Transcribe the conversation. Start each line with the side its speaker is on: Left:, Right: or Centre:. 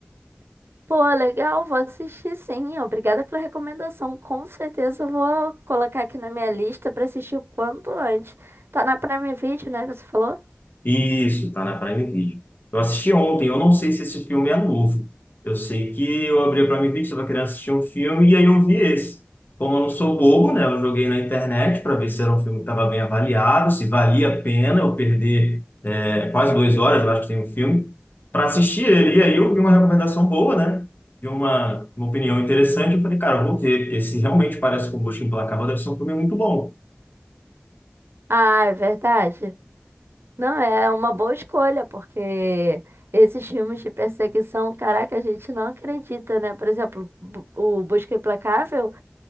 Right: <laughs> Pô, legal, vou assistir sim. Obrigada pela recomendação. Com certeza eu vou colocar aqui na minha lista pra assistir o quanto antes. Tá na Prime Video, né, que você falou?
Left: Isso, tá na Prime Video. Eu assisti ontem, eu não sei se esse filme é novo. Eu sei que eu abri a Prime Video, estava querendo assistir um filme e aí eu vi esse. Como eu não sou bobo, né? Eu joguei na internet para ver se era um filme que estava bem avaliado, se valia a pena eu perder é, quase duas horas, eu acho que tem um filme, para assistir ele. E aí eu vi uma recomendação boa, né? Vi uma, uma opinião interessante. Eu falei, cara, eu vou ver, porque se realmente parece com o Busca Implacável, deve ser um filme muito bom.
Right: Ah, é verdade. Não, é uma boa escolha, porque esses filmes de perseguição, caraca, a gente não acredita, né? Por exemplo, bu- o Busca Implacável,